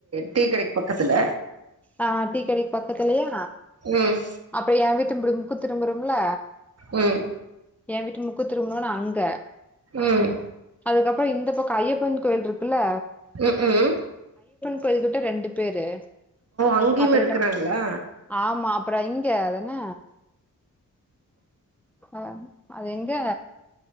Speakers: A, on the right; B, in the centre.
A: டீ கடைக்கு பக்கத்துல
B: ஆஹ் டீக்கடைக்கு பக்கத்துலயா
A: ம்
B: அப்புறம் ஏ வீட்ட மு திரும்புறம்ல
A: உம்
B: எ வீட்டு முக்கூ திரும்புறோம்ல்ல அங்க
A: ம்
B: அதுக்கப்புறம் இந்தப்பக்கம் ஐயப்பன் கோயில் இருக்கு குல
A: உம் உம்
B: கோயில்கிட்டகிட்ட ரெண்டு பேரு
A: அங்கேயுமே
B: அப்புறம்
A: எடுக்கறாங்களா
B: ஆமா அப்புறம் இங்க என்ன அஹ் அது எங்க